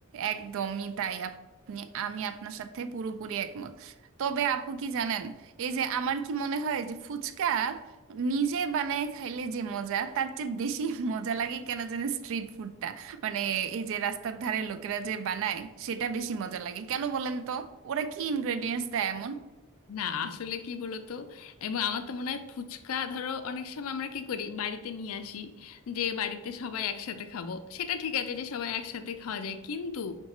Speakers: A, on the right; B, on the left.
A: একদমই তাই আপনি আমি আপনার সাথে পুরোপুরি একমত তবে আপু কি জানেন এই যে আমার কি মনে হয় যে ফুচকা নিজে বানায় খাইলে যে মজা তার চেয়ে বেশি মজা লাগে কেন জানেন স্ট্রিট ফুডটা মানে এই যে রাস্তার ধারে লোকেরা যে বানায় সেটা বেশি মজা লাগে কেন বলেন তো ওরা কি ইনগ্রেডিয়েন্টস দেয় এমন
B: না আসলে কি বলতো এবং আমার তো মনে হয় ফুচকা ধরো অনেক সময় আমরা কি করি বাড়িতে নিয়ে আসি যে বাড়িতে সবাই একসাথে খাবো সেটা ঠিক আছে যে সবাই একসাথে খাওয়া যায় কিন্তু